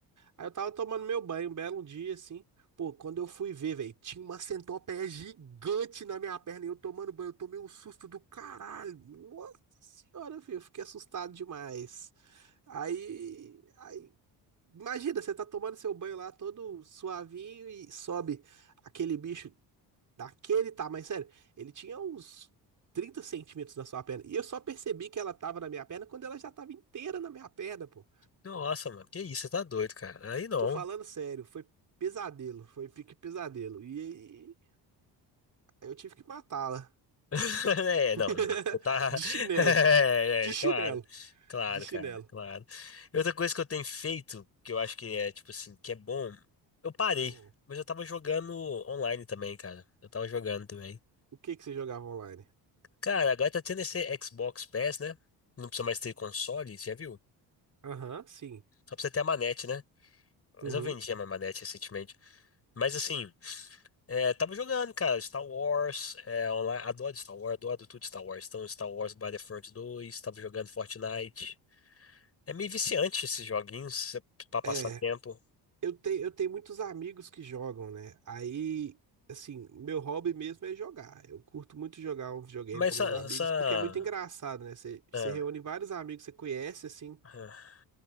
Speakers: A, on the right (about 45°); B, on the left (about 35°).
A: Aí eu tava tomando meu banho um belo dia, assim. Pô, quando eu fui ver, velho, tinha uma centopeia gigante na minha perna e eu tomando banho. Eu tomei um susto do caralho. Nossa senhora, filho, eu fiquei assustado demais. Aí, aí, imagina, você tá tomando seu banho lá todo suavinho e sobe aquele bicho Daquele tá tamanho, sério. Ele tinha uns 30 centímetros na sua perna. E eu só percebi que ela tava na minha perna quando ela já tava inteira na minha perna, pô.
B: nossa, mano, que isso, você tá doido, cara. Aí não.
A: Tô falando sério, foi pesadelo, foi pique pesadelo. E aí aí eu tive que matá-la.
B: <laughs> É,
A: <laughs>
B: não, não. Você Tá...
A: De chinelo,
B: <laughs> É,
A: de
B: é,
A: chinelo,
B: claro, claro,
A: de chinelo.
B: cara, claro. E outra coisa que eu tenho feito, que eu acho que é, tipo assim, que é bom, eu parei,
A: Hum.
B: mas eu tava jogando online também, cara. Eu tava jogando também.
A: O que que você jogava online?
B: Cara, agora tá tendo esse Xbox Pass, né? Não precisa mais ter console, já viu?
A: Aham, sim.
B: Só precisa ter a manete, né?
A: Uhum.
B: Mas eu vendi a minha manete recentemente. Mas assim, é, tava jogando, cara, Star Wars, é, online. Adoro Star Wars, adoro tudo Star Wars. Então, Star Wars Battlefront 2 tava jogando Fortnite. É meio viciante esses joguinhos é pra passar
A: É.
B: tempo.
A: Eu tenho, eu tenho muitos amigos que jogam, né? Aí, assim, meu hobby mesmo é jogar. Eu curto muito jogar um videogame
B: Mas
A: com
B: essa,
A: meus amigos,
B: essa-
A: porque é muito engraçado, né? Você você
B: ah,
A: reúne vários amigos que você conhece, assim,
B: ah.